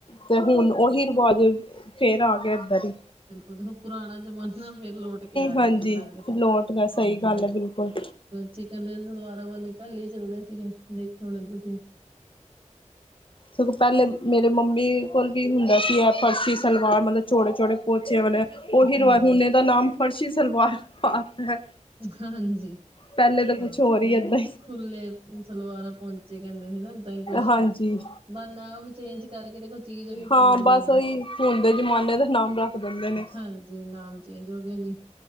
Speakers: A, on the left (about 45°); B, on the right (about 45°).
A: ਤੇ ਹੁਣ ਉਹੀ ਰਿਵਾਜ ਫੇਰ ਆ ਗਿਆ ਏਧਰ ਈ।
B: ਉਦੋਂ ਪੁਰਾਣਾ ਜਮਾਨ ਫੇਰ ਲੋਟ ਕੇ ਆ ਰਿਹਾ
A: ਹਾਂਜੀ
B: ਜਿਵੇਂ ਲੱਗ ਰਿਹਾ
A: ਲੋਟ ਗਿਆ
B: ਹਾਂਜੀ
A: ਸਹੀ ਗੱਲ ਹੈ ਬਿਲਕੁਲ
B: ਚਿਕਨ ਦੇ ਸਲਵਾਰਾਂ ਵਾਲੇ ਪਹਿਲੇ ਈ ਚੱਲਦੇ ਸੀਗੇ ਦੇਖੇ ਹੋਣੇ ਤੁਸੀਂ।
A: ਸਗੋਂ ਪਹਿਲੇ ਮੇਰੇ ਮੰਮੀ ਕੋਲ ਵੀ ਹੁੰਦਾ ਸੀ ਐ ਫਰਸ਼ੀ ਸਲਵਾਰ ਮਤਲਬ ਛੋੜੇ-ਛੋੜੇ ਪੋਚੇ ਵਲੇ। ਉਹੀ
B: ਹਾਂਜੀ
A: ਰਿਵਾਜ਼ ਇਸਦਾ ਦਾ ਨਾਮ ਫਰਸ਼ੀ ਸਲਵਾਰ ਪਾ ਤੇਂ।
B: ਹਾਂਜੀ
A: ਪਹਿਲੇ ਤੋਂ
B: ਹਾਂ
A: ਕੁਝ ਹੋਰ
B: ਪਹਿਲੇ
A: ਹੀ ਤੇ
B: ਖੁੱਲੇ ਸਲਵਾਰਾਂ ਪਹੁੰਚੇ ਕਹਿੰਦੇ ਸੀ ਨਾ ਇਦਾਂ ਹੀ ਕੁਛ
A: ਹਾਂਜੀ
B: ਬਸ ਨਾਮ ਚੇਂਜ ਕਰਕੇ ਦੇਖੋ ਚੀਜ਼ ਉਹੀ
A: ਹਾਂ
B: ਪੁਰਾਣੀ
A: ਬਸ
B: ਆ
A: ਉਹੀ ਹੁਣ ਦੇ ਜ਼ਮਾਨੇ ਦਾ ਨਾਮ ਰੱਖ ਦਿੰਦੇ ਨੇ
B: ਹਾਂਜੀ ਨਾਮ ਚੇਂਜ ਹੋ ਗਿਆ ਜੀ ਸੋ ਇਸੇ